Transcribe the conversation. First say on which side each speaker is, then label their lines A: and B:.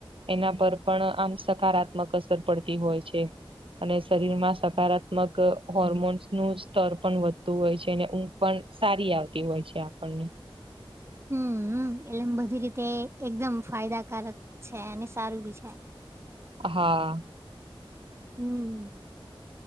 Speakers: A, on the right; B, on the right.
A: એના પર પણ આમ સકારાત્મક અસર પડતી હોય છે અને શરીરમાં સકારાત્મક હોર્મોન્સ નું સ્તર પણ વધતું હોય છે અને ઉ ઘ પણ સારી આવતી હોય છે આપણને
B: હમ એટલે બધી રીતે એકદમ ફાયદાકારક છે અને સારું બી છે
A: હા
B: હમ